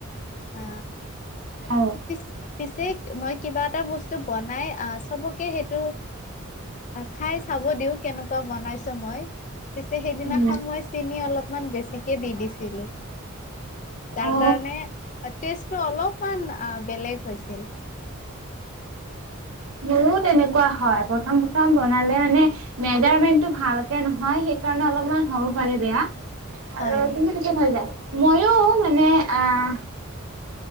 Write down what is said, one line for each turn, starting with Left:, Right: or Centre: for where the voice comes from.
Left: আ
Right: অ
Left: পিছ পিছে- মই কিবা এটা বস্তু বনাই চবকে সেইটো খাই চাব দিওঁ। কেনেকুৱা বনাইছো মই। পিছে সেইদিনাখন
Right: উম
Left: মই চিনি অলপমান বেছিকে দি দিছিলো। তাৰ
Right: অ
Left: কাৰণে টেষ্টটো অলপমান বেলেগ হৈছিল।
Right: মোৰো তেনেকুৱা হয় প্ৰথম প্ৰথম বনালে মানে মেজাৰমেন্টটো ভালকে নহয়। সেইকাৰণে অলপমান হ'ব পাৰে বেয়া আৰু
Left: হয়
Right: কিন্তু পিছত হৈ যায়। ময়ো মানে আ-